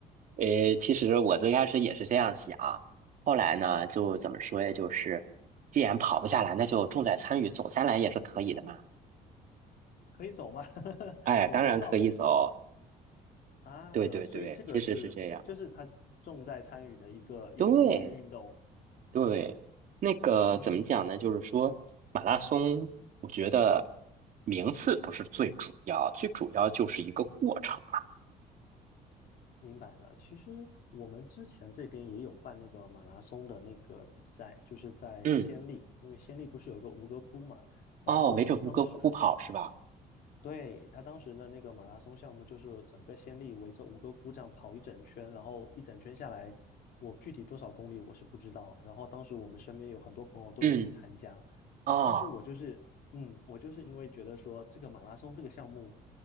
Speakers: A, on the right; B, on the left.
A: 诶，其实我最开始也是这样想，后来呢，就怎么说呀？就是既然跑不下来，那就重在参与，走下来也是可以的嘛。
B: 可以走吗？<laughs>
A: 哎，
B: 我不知道哎。
A: 当然可以走。
B: 啊，
A: 对对对，
B: 所以这个是就是他重在参与的一个一个体育运动。
A: 其实是这样。对，对，那个怎么讲呢？
B: 嗯，
A: 就是说，马拉松，我觉得名次不是最主要，最主要就是一个过程啊
B: 明白了，其实我们之前这边也有办那个马拉松的那个比赛，就是在暹粒，
A: 嗯，
B: 因为暹粒不是有个吴哥窟嘛，然后我们当时
A: 哦，围着吴哥窟跑是吧？
B: 对，他当时的那个马拉松项目，就是整个先例围着吴哥窟这样跑一整圈，然后一整圈下来，我具体多少公里我是不知道。然后当时我们身边有很多朋友都有去参加，
A: 嗯，啊
B: 但是我就是，嗯，我就是因为觉得说这个马拉松这个项目，